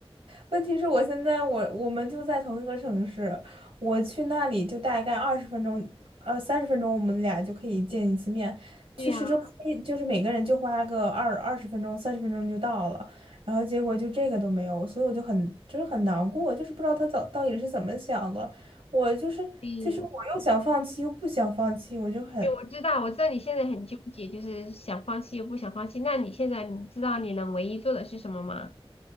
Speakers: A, on the right; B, on the left.
A: 问题是我现在我我们就在同一个城市，我去那里就大概二十分钟，呃，三十分钟，我们俩就可以见一次面。
B: 对呀、
A: 去市中心就是每个人就花个二二十分钟、三十分钟就到了，然后结果就这个都没有，所以我就很就是很难过，就是不知道他早到底是怎么想的。我就是其实我又想放弃又不想放弃，
B: 对。
A: 我就很
B: 对，我知道，我知道你现在很纠结，就是想放弃又不想放弃。那你现在你知道你能唯一做的是什么吗？